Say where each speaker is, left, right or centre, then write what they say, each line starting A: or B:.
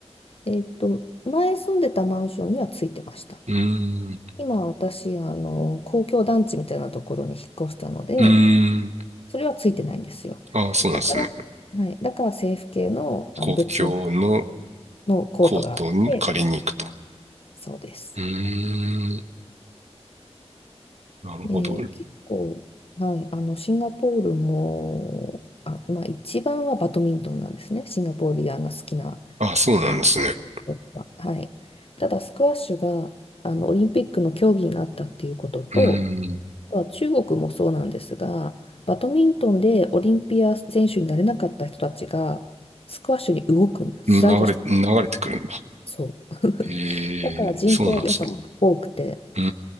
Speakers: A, on the left; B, on the right.
A: えっと、前住んでたマンションにはついてました。
B: うーん。
A: 今私、あの、公共団地みたいなところに引っ越したので、
B: うーん。
A: それはついてないんですよ。
B: あ、そうなんですね。
A: だから、はい、だから政府系の、あの別の、
B: 公共の
A: のコートがあって、
B: コートに借りに行くと。
A: そうです。
B: うーん。なるほど。
A: で結構、はい、あのシンガポールも、あ、まあ、一番はバドミントンなんですね、シンガポーリアンが好きな
B: あ、そうなんですね。
A: あのこは。はい、ただ、スクワッシュがあのオリンピックの競技になったっていうことと、
B: うーん。
A: あとは中国もそうなんですが、バドミントンでオリンピア選手になれなかった人たちが、スクワッシュに動くんです、
B: 流れ、
A: スライドして
B: 流れてくるんだ。
A: そう。<laughs>
B: へえ、
A: だから人口はえやーっぱそうなんです。
B: そうなんですね。
A: 多くて、
B: うー